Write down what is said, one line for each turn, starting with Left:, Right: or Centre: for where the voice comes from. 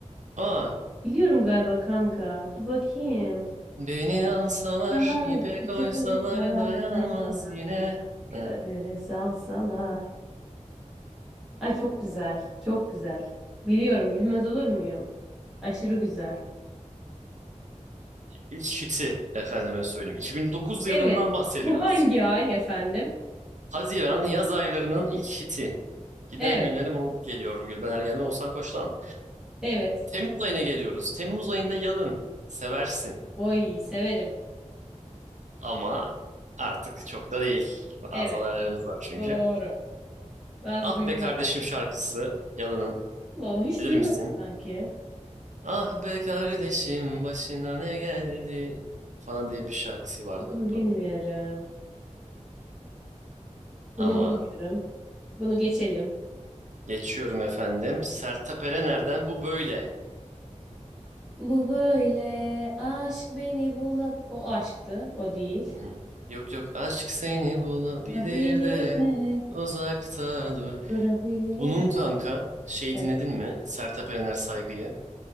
Right: Aa,
Centre: Biliyorum galiba kanka. Dur bakayım.
Right: beni alsalar,
Centre: Salar,
Right: ipe
Centre: ipe
Right: koysalar
Centre: kavuşsalar,
Right: dayanamaz
Centre: dayanamaz
Right: yine.
Centre: diye. Kadere
Right: Ee,
Centre: salsalar. Ay çok güzel. Çok güzel. Biliyorum, bilmez olur muyum? Aşırı güzel.
Right: İlk hiti efendime söyleyeyim. 2009 yılından
Centre: Evet.
Right: bahsediyoruz.
Centre: Bu hangi ay efendim?
Right: Haziran yaz aylarının ilk hiti. Giden
Centre: Evet.
Right: günlerim oldu geliyor Gülben Ergen'den Oğuzhan Koç'tan.
Centre: Evet.
Right: Temmuz ayına geliyoruz. Temmuz ayında Yalın. Seversin.
Centre: Oy severim.
Right: Ama artık çok da değil. Bazı
Centre: Evet.
Right: olaylarımız var çünkü.
Centre: Doğru. Bazı
Right: Ah
Centre: duyumlar
Right: be kardeşim
Centre: aldım.
Right: şarkısı. Yalın'ın.
Centre: Allah Allah hiç
Right: Bilir
Centre: duymadım
Right: misin?
Centre: sanki.
Right: Ah be kardeşim başına ne geldi falan diye bir şarkısı vardı
Centre: Bunu bilmiyorum.
Right: bunun.
Centre: Bunu
Right: Ama
Centre: bilmiyorum. Bunu geçelim.
Right: geçiyorum efendim. Sertab Erener'den bu böyle.
Centre: Bu böyle aşk beni bulab... O aşktı. O değil.
Right: Hı hı. Yok yok aşk seni bulabilir
Centre: Bulabilir
Right: de
Centre: de.
Right: uzakta dur.
Centre: Durabilir
Right: Bunun
Centre: de.
Right: kanka şey
Centre: Evet.
Right: dinledin mi? Sertab Erener Saygı'yı.